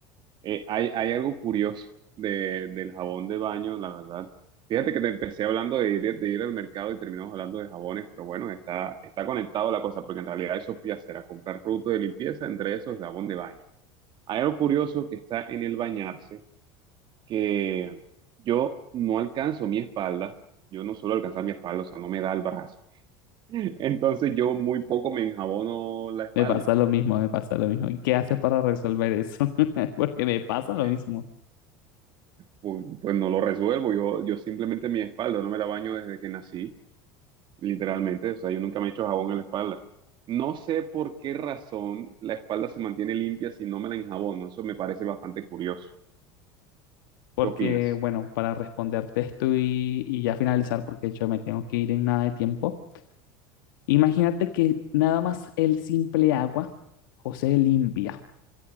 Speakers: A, on the right; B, on the left.
A: eh, hay, hay algo curioso de, del jabón de baño, la verdad. Fíjate que te empecé hablando de ir, de ir al mercado y terminamos hablando de jabones, pero bueno, está, está conectado la cosa, porque en realidad eso fui a hacer, a comprar productos de limpieza, entre esos jabón de baño. Hay algo curioso que está en el bañarse, que yo no alcanzo mi espalda, yo no suelo alcanzar mi espalda, o sea, no me da el brazo. <laughs> Entonces yo muy poco me enjabono la espalda
B: Me pasa lo mismo, me pasa lo mismo. ¿Y qué haces para resolver eso? <laughs> Porque me pasa
A: pues.
B: lo mismo.
A: pues, pues no lo resuelvo. Yo, yo simplemente mi espalda no me la baño desde que nací, literalmente. O sea, yo nunca me he hecho jabón en la espalda. No sé por qué razón la espalda se mantiene limpia si no me la enjabono. Eso me parece bastante curioso.
B: porque,
A: ¿Qué opinas?
B: bueno, para responderte esto y, y ya finalizar, porque de hecho me tengo que ir en nada de tiempo, imagínate que nada más el simple agua, José limpia,